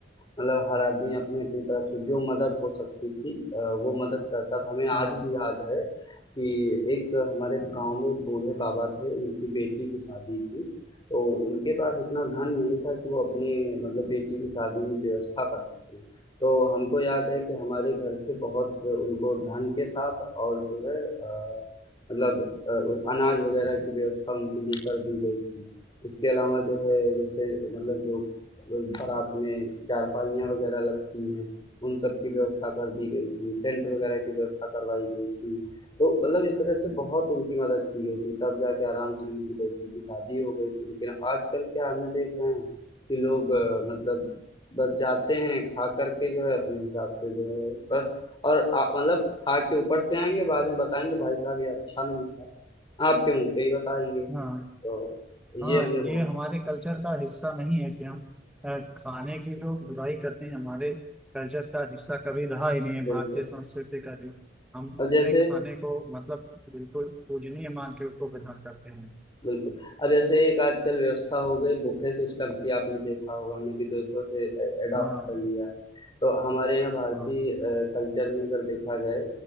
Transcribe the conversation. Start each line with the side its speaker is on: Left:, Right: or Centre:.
Left: मतलब हर आदमी अपनी अपनी तरफ से जो मदद हो सकती थी अ, वो मदद करता था हमें आज
Centre: हाँ
Left: भी याद है कि एक हमारे गांव में एक बूढ़े बाबा थे उनकी बेटी की शादी थी तो उनके पास इतना धन नहीं था कि वो अपने मतलब बेटी की शादी में व्यवस्था कर सकते तो हमको याद है कि हमारे घर से बहुत उनको धन के साथ और जो है अ, मतलब अ, अनाज वगैरह की व्यवस्था उनके लिए कर दी गई थी इसके अलावा जो है जैसे मतलब जो बारात में चारपाइयाँ वगैरह लगती हैं उन सब की व्यवस्था कर दी गई थी टेंट वगैरह की व्यवस्था करवाई गई थी तो मतलब इस तरह से बहुत उनकी मदद की गई थी तब जाके आराम से उनकी बेटी की शादी हो गई थी लेकिन आजकल क्या हमने देख रहे हैं कि लोग अ, मतलब बस जाते हैं खा करके जो है अपने हिसाब से जो है बस और आ- मतलब खा के ऊपर से आएंगे बाद में बताएंगे भाई साहब ये अच्छा नहीं था आपके मुंह पे ही बताएंगे
Centre: हाँ
Left: तो ये
Centre: हाँ
Left: हमने बहुत
Centre: ये हमारे कल्चर का हिस्सा नहीं है कि हम अ, खाने की जो बुराई करते हैं हमारे कल्चर का हिस्सा कभी रहा ही नहीं है
Left: बिल्कुल
Centre: भारतीय संस्कृति का जो हम
Left: अब
Centre: अपने
Left: जैसे
Centre: खाने को मतलब बिल्कुल पूजनीय मान के उसको ग्रहण करते हैं
Left: बिल्कुल अब जैसे एक आजकल व्यवस्था हो गई बुफे सिस्टम की आपने देखा होगा हमने भी दूसरों से अडॉप्ट
Centre: हाँ
Left: कर लिया है तो हमारे यहाँ भारतीय
Centre: हाँ
Left: कल्चर में अगर देखा जाए